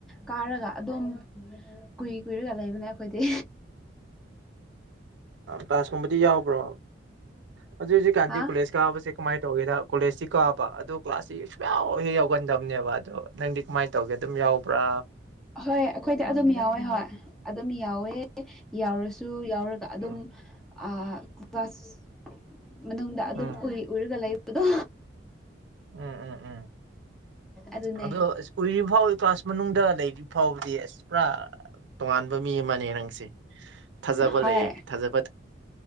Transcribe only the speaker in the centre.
ꯀꯥꯔꯒ ꯑꯗꯨꯝ ꯀꯨꯏ ꯀꯨꯏꯔꯒ ꯂꯩꯕꯅ ꯑꯩꯈꯣꯏꯗꯤ
ꯍꯥ
ꯍꯣꯏ ꯑꯩꯈꯣꯏꯗꯤ ꯑꯗꯨꯝ ꯌꯥꯎꯋꯦ ꯍꯣꯏ ꯑꯗꯨꯝ ꯌꯥꯎꯋꯦ ꯌꯥꯎꯔꯁꯨ ꯌꯥꯎꯔꯒ ꯑꯗꯨꯝ
ꯑꯥ ꯀ꯭ꯂꯥꯁ ꯃꯅꯨꯡꯗ ꯑꯗꯨꯝ
ꯎꯏ ꯎꯔꯒ ꯂꯩꯕꯗꯣ
ꯑꯗꯨꯅꯦ
ꯍꯣꯏ